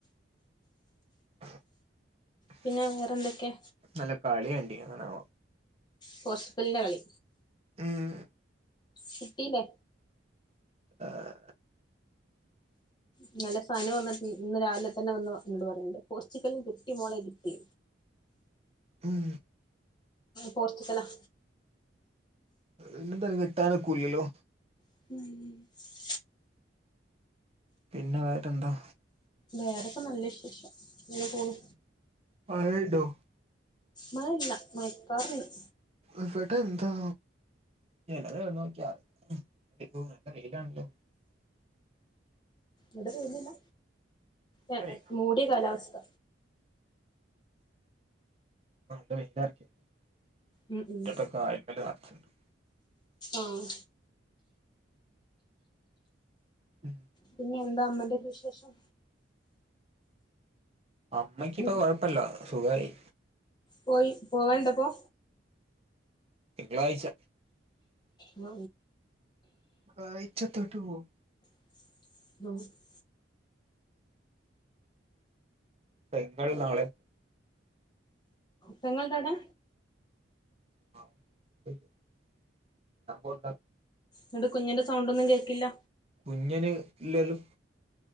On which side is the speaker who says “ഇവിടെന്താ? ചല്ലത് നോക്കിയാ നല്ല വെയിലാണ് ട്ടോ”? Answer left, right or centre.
Right